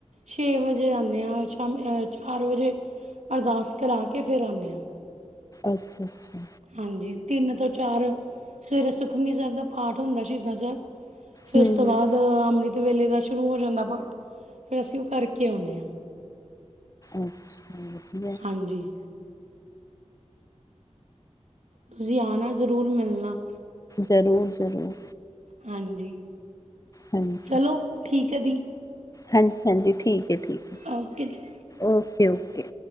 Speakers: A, on the right (about 75°); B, on the left (about 30°).
A: ਛੇ ਵਜੇ ਆਂਨੇ ਆ, ਸ਼ਾਮੀ ਚਾਰ ਵਜੇ ਅਰਦਾਸ ਕਰਾ ਕੇ, ਫੇਰ ਆਂਨੇ ਆ।
B: ਅੱਛਾ, ਅੱਛਾ।
A: ਹਾਂਜੀ, ਤਿੰਨ ਤੋਂ ਚਾਰ, ਸਵੇਰੇ ਸੁਖਮਨੀ ਸੈਬ ਦਾ ਪਾਠ ਹੁੰਦਾ ਸ਼ਹੀਦਾਂ ਸੈਬ ਫੇਰ
B: ਹੂੰ
A: ਓਸ ਤੋਂ
B: ਹੂੰ
A: ਬਾਦ ਅੰਮ੍ਰਿਤ ਵੇਲੇ ਦਾ ਸ਼ੁਰੂ ਹੋ ਜਾਂਦਾ ਪਾਠ, ਫੇਰ ਅਸੀਂ ਓ ਕਾਰਕੇ ਆਉਂਨੇ ਆਂ।
B: ਅਛਾ, ਵਦੀਆ।
A: ਹਾਂਜੀ ਤੁਸੀਂ ਆਨਾ ਜਰੂਰ ਮੇਲਨਾ।
B: ਜਰੂਰ, ਜਰੂਰ।
A: ਹਾਂਜੀ,
B: ਹਾਂਜੀ।
A: ਚਲੋ ਠੀਕ ਐ ਦੀ।
B: ਹਾਂਜੀ, ਹਾਂਜੀ ਠੀਕ ਏ ਠੀਕ ਏ।
A: ਓਕੇ ਜੀ।
B: Okay, okay.